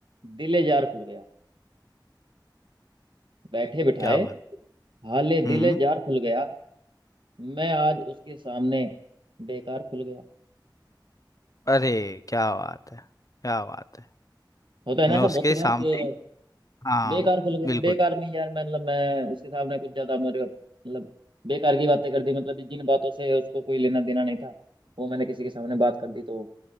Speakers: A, on the right; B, on the left.
A: दिले जार खुल गया बैठे बिठाए
B: क्या बात
A: हाले
B: हम्म
A: दिले जार खुल गया मैं आज उसके सामने बेकार खुल गया
B: अरे क्या बात है क्या बात है
A: होता है ना
B: मैं
A: ऐसा
B: उसके
A: बहुत सी बार
B: सामने
A: कि
B: हाँ
A: बेकार खुल गया
B: बिल्कुल
A: बेकार नहीं यार मैं- मतलब मैं उसके सामने कुछ ज्यादा मेरे मतलब बेकार की बातें कर दी मतलब जिन बातों से उसको कोई लेना देना नहीं था वो मैंने किसी के सामने बात कर दी तो